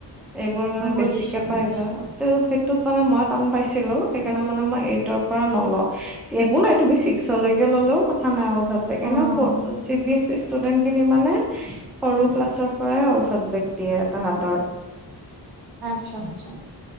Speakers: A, in the centre; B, on the right.
A: এইবোৰ মানে
B: অ', বুজিছো
A: বেছিকে
B: বুজিছো
A: পাই যোৱা তে সেইটোক মানে মই টান পাইছো সেইকাৰণে মানে মই এইটৰ পৰা নলোওঁ একো নাই তুমি ছিক্সলৈকে ললেও কথা নাইল <unintelligible>
B: উম।
A: ষ্টুডেণ্ট খিনি মানে সৰু ক্লাছৰ পৰাই অল চাবজেক্ট দিয়ে তাহাতৰ <unintelligible>
B: আচ্ছা, আচ্ছা।